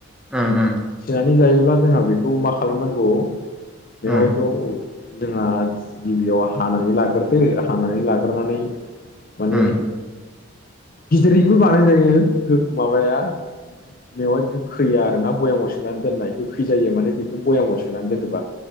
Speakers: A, in the centre; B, on the left.
A: उम उम
B: थिनानै जायोब्ला जोंहा बेखौ मा खालामनांगौ मेवाइखौ
A: उम
B: जोंहा गिबियाव हानानै लाग्रोदो हानानै लाग्रोनानै माने
A: उम
B: गिदिरैबो बानाय जायो माबाया मेवाय गोखैया आरोना बयामाव सोनानै दोननाय गोखै जायो माने बेखौ भयामाव सोनानै दोनोबा